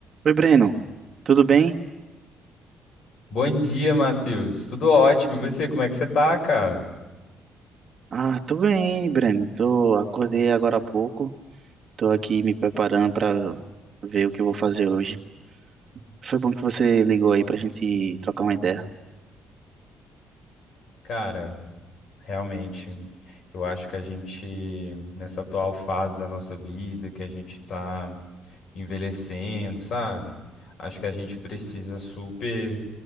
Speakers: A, on the right (about 40°); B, on the left (about 55°).
A: Oi, Breno. Tudo bem?
B: Bom dia, Matheus. Tudo ótimo. E você, como é que você tá, cara?
A: Ah, tô bem, Breno. Tô, acordei agora há pouco. Tô aqui me preparando pra ver o que eu vou fazer hoje. Foi bom que você ligou aí pra gente trocar uma ideia.
B: Cara, realmente, eu acho que a gente, nessa atual fase da nossa vida, que a gente tá envelhecendo, sabe? Acho que a gente precisa super